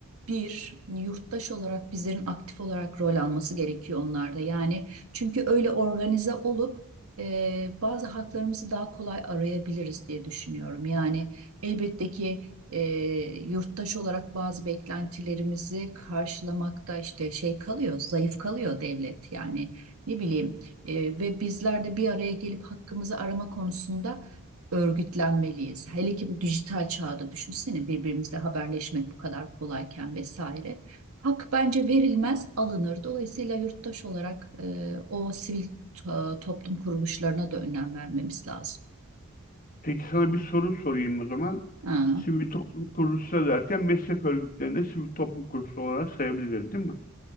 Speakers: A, on the right; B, on the left.
A: bir yurttaş olarak bizlerin aktif olarak rol alması gerekiyor onlarda. Yani çünkü öyle organize olup e, bazı haklarımızı daha kolay arayabiliriz diye düşünüyorum. Yani elbette ki e, yurttaş olarak bazı beklentilerimizi karşılamakta işte şey kalıyor, zayıf kalıyor devlet. Yani ne bileyim e, ve bizler de bir araya gelip hakkımızı arama konusunda örgütlenmeliyiz. Hele ki bu dijital çağda düşünsene birbirimizle haberleşmek bu kadar kolayken vesaire. Hak bence verilmez, alınır. Dolayısıyla yurttaş olarak e, o sivil to- toplum kuruluşlarına da önem vermemiz lazım.
B: Peki sana bir soru sorayım o zaman.
A: Ha,
B: Sivil toplum kuruluşları derken meslek örgütlerinde sivil toplum kuruluşu olarak sayabiliriz, değil mi?